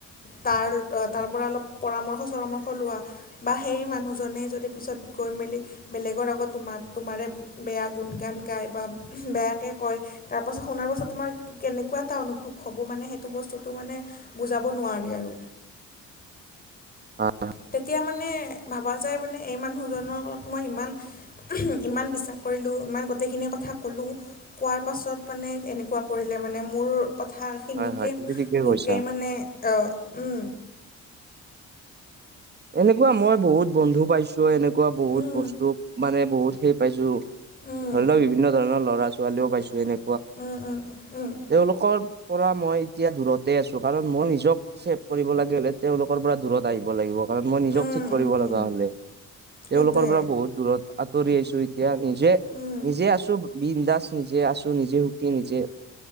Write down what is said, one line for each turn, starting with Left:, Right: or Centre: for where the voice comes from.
Left: তাৰ তাৰ পৰা অলপ পৰামৰ্শ চৰামৰ্শ লোৱা। বা সেই মানুহজনে যদি পিছত গৈ মেলি বেলেগৰ আগত তোমাৰ তোমাৰে বেয়া গুণ গান গায় বা বেয়াকে কয়। তাৰপাছত শুনাৰ পাছত তোমাৰ কেনেকুৱা এটা অনুভৱ হ'ব মানে সেইটো বস্তুটো মানে বুজাব নোৱাৰি আৰু
Right: হয়
Left: তেতিয়া মানে ভাবা যায় মানে এই মানুহজনক মই ইমান ইমান বিশ্বাস কৰিলোঁ ইমান গোটেইখিনি কথা ক'লো কোৱাৰ পাছত মানে এনেকুৱা কৰিলে মানে মোৰ কথাখিনিকে
Right: হয় হয় তুমি ঠিকে
Left: মোকেই
Right: কৈছা
Left: মানে উম
Right: এনেকুৱা মই বহুত বন্ধু পাইছো এনেকুৱা বহুত
Left: উম
Right: বস্তু মানে বহুতেই পাইছো।
Left: উম
Right: ধৰি লওঁক বিভিন্ন ধৰণৰ ল'ৰা-ছোৱালীও পাইছো এনে
Left: উম, উম, উম,
Right: তেওঁলোকৰ পৰা মই এতিয়া দূৰতে আছো, কাৰণ মই নিজক ছেভ কৰিব লাগে হ'লে তেওঁলোকৰ পৰা দূৰত আহিব লাগিব। কাৰণ মই নিজক
Left: উম
Right: ঠিক কৰিব
Left: উম উম
Right: লগা হ'লে,
Left: সেইটোৱে
Right: তেওঁলোকৰ পৰা বহুত দূৰত আঁতৰি আহিছো। এতিয়া নিজে,
Left: উম
Right: নিজে আছো, বিন্দাছ নিজে আছো, নিজে নিজে,